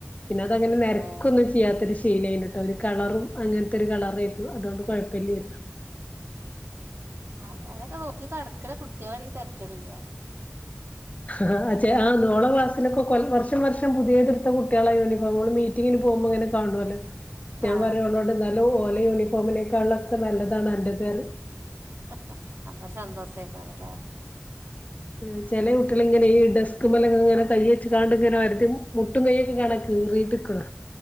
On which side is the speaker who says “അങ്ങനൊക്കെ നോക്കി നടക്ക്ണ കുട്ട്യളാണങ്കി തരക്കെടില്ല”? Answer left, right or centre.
Right